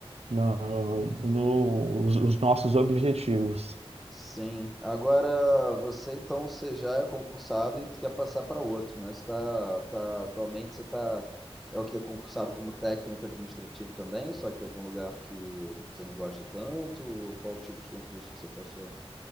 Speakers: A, on the right (about 80°); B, in the centre.
A: no, no- os os nossos objetivos.
B: Sim. Agora você então você já é concursado e quer passar para outro, né? Você tá, tá- atualmente você tá é o que concursado como técnico administrativo também, só que em algum lugar que você não gosta tanto, ou qual tipo de concurso que você passou?